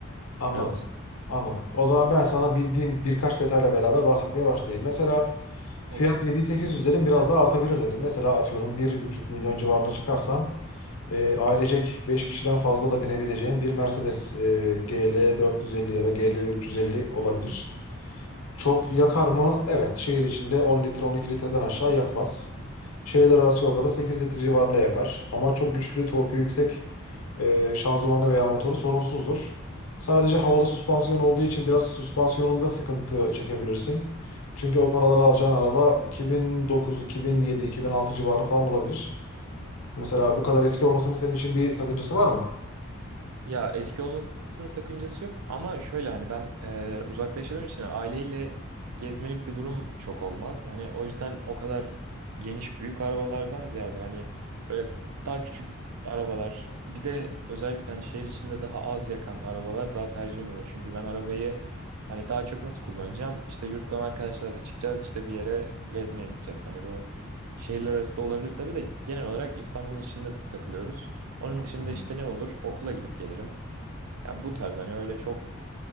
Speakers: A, on the left (about 85°); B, on the right (about 85°).
A: Anladım.
B: şey olsun.
A: Anladım. O zaman ben sana bildiğim birkaç detayla beraber bahsetmeye başlayayım. Mesela
B: Olur.
A: fiyat 7-800 dedim biraz daha artabilir dedim. Mesela atıyorum bir buçuk milyon civarına çıkarsan e, ailecek 5 kişiden fazla da binebileceğim bir Mercedes e, GL 450 ya da GL 350 olabilir. Çok yakar mı? Evet. Şehir içinde 10 litre 12 litreden aşağı yakmaz. Şehirler arası yolda da 8 litre civarında yakar. Ama çok güçlü, torku yüksek e, şanzımanı veya motoru sorunsuzdur. Sadece havalı süspansiyon olduğu için biraz süspansiyonunda sıkıntı çekebilirsin. Çünkü o paraları alacağın araba 2009, 2007, 2006 civarı falan olabilir. Mesela bu kadar eski olmasının senin için bir sakıncası var mı?
B: Ya eski olmasının sakıncası yok ama şöyle hani ben e, uzakta yaşadığım için aileyle gezmelik bir durum çok olmaz. Hani o yüzden o kadar geniş büyük arabalardan ziyade hani böyle daha küçük arabalar bir de özellikle hani şehir içinde daha az yakan arabalar daha tercihim olur. Çünkü ben arabayı hani daha çok nasıl kullanacağım? İşte yurttan arkadaşlarla çıkacağız işte bir yere gezmeye gideceğiz. Hani bu şehirler arası da olabilir tabii de genel olarak İstanbul'un içinde takılıyoruz. Onun
A: Anladım.
B: dışında işte ne olur? Okula gidip gelirim. Yani bu tarz hani öyle çok